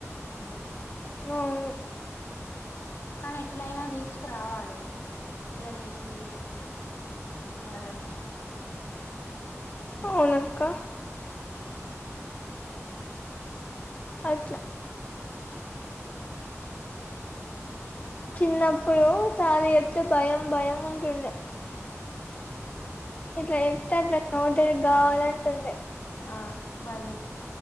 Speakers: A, on the left; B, on the left.
A: అందరికి
B: అవును
A: కానీ ఎట్లయినా దీస్ రావాలి ఎట్లా జేసి న వాళ్ళని
B: అవును అక్క అట్ల
A: ఉమ్
B: చిన్నప్పుడు సార్లు చెప్తే భయం భయం ఉంటు ఉండే ఇట్లా చెప్తే అట్లా నోటికి గావాలంటుండే
A: ఆ వారిముందు